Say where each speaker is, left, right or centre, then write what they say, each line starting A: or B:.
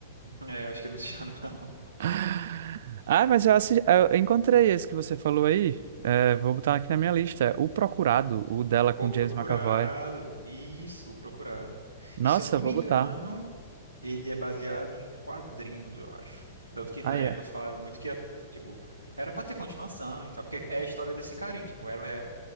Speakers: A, on the right; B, on the right.
A: É, eu acho que não tinha, não.
B: <laughs> Ah, mas eu, assi- eu encontrei esse que você falou aí. É, vou botar aqui na minha lista. O Procurado, o dela
A: <laughs>
B: com
A: O Procurado.
B: James McAvoy.
A: Isso, o Procurado.
B: Nossa,
A: E se eu não me
B: vou
A: engano.
B: botar.
A: Ele é baseado em quadrinhos, eu acho. Tanto que na
B: Ah, é.
A: época falaram muito que, ia, tipo, era pra ter continuação e tal, porque é a história desse carinha, tipo, ela é-